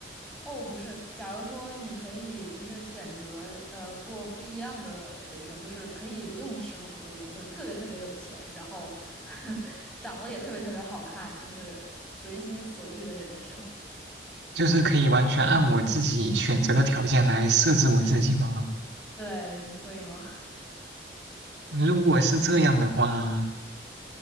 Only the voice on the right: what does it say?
就是可以完全按我自己选择的条件来设置我自己吗？
如果是这样的话，